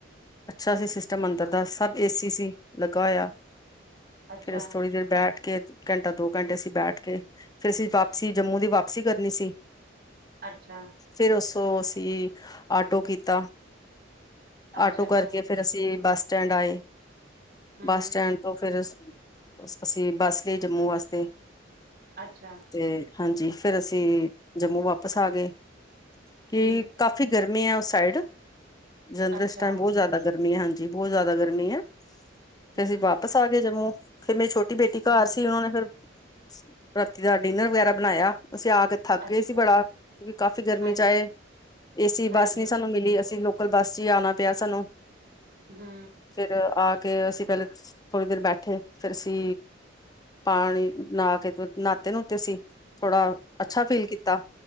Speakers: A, on the left; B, on the right.
A: ਅੱਛਾ ਸੀ ਸਿਸਟਮ ਅੰਦਰ ਦਾ ਸਭ ਏ ਸੀ ਸੀ ਲੱਗਾ ਹੋਇਆ।
B: ਅੱਛਾ
A: ਫੇਰ ਅਸੀਂ ਥੋੜ੍ਹੀ ਦੇਰ ਬੈਠ ਕੇ ਘੰਟਾ- ਦੋ ਘੰਟੇ ਅਸੀਂ ਬੈਠ ਕੇ ਫਿਰ ਅਸੀਂ ਵਾਪਸੀ ਜੰਮੂ ਦੀ ਵਾਪਸੀ ਕਰਨੀ ਸੀ।
B: ਅੱਛਾ
A: ਫਿਰ ਉਸੋ ਅਸੀਂ ਆਟੋ ਕੀਤਾ
B: ਅੱਛਾ
A: ਆਟੋ
B: ਅੱਛਾ
A: ਕਰਕੇ ਫੇਰ ਅਸੀ ਬਸ ਸਟੈਂਡ ਆਏ,
B: ਹੂੰ
A: ਬਸ ਸਟੈਂਡ ਤੋ ਫੇਰ ਅਸੀ ਬੱਸ ਲੀ ਜੰਮੂ ਵਾਸਤੇ।
B: ਅੱਛਾ।
A: ਤੇ ਹਾਂਜੀ ਫੇਰ ਅਸੀ ਜੰਮੂ ਵਾਪਸ ਆ ਗਏ, ਕੀ
B: ਜੀ
A: ਕਾਫੀ ਗਰਮੀ ਏ ੳਸ ਸਾਈਡ, ਜਲੰਦਰ
B: ਅੱਛਾ
A: ਏਸ ਟਾਈਮ ਬੋਤ ਜਾਦਾ ਗਰਮੀ ਐ, ਹਾਂਜੀ। ਬੋਤ ਜਾਦਾ ਗਰਮੀ ਐ ਫੇਰ
B: ਹੂੰ,
A: ਅਸੀ ਵਾਪਸ ਆ ਗਏ ਜੰਮੂ ਫੇਰ ਮੇਰੀ ਛੋਟੀੇ ਘਰ
B: ਹੂੰ,
A: ਸੀ ੳਨਾਂ ਨੇ ਫੇਰ ਰਾਤੀ ਦਾ ਡਿਨਰ ਵਗੈਰਾ ਬਨਾਏਆ, ਅਸੀ ਆ ਕੇ ਥੱਕ
B: ਅੱਛਾ,
A: ਗੇ ਸੀ ਬੜਾ ਕਿਉਂਕਿ ਕਾਫੀ ਗਰਮੀ
B: ਹਾਂਜੀ,
A: ਚ ਆਏ। ਏਸੀ ਬੱਸ
B: ਹਾਂਜੀ,
A: ਨੀ ਸਾਨੂੰ ਮਿਲੀ, ਅਸੀ ਲੋਕ ਪਰ ਬਸ ਚ ਈ ਆਨਾ ਪੈਆ ਸਾਨੂੰ।
B: ਹੂੰ।
A: ਫੇਰ ਆ ਕੇ ਅਸੀ ਪੈਲੇ, ਥੋੜੀ ਦੇਰ ਬੈਠੇ ਫੇਰ ਅਸੀ ਪਾਨੀ ਨਾ ਕੇ ਨਾਤੇ- ਨੂਤੇ ਸੀ। ਥੋੜਾ ਅੱਛਾ ਫੀਲ ਕੀਤਾ,